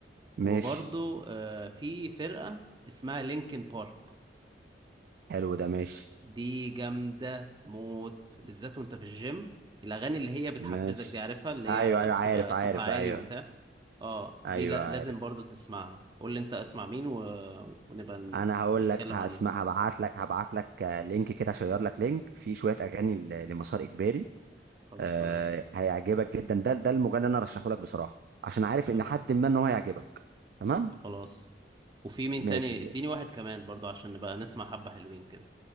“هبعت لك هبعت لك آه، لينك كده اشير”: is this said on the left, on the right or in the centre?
Right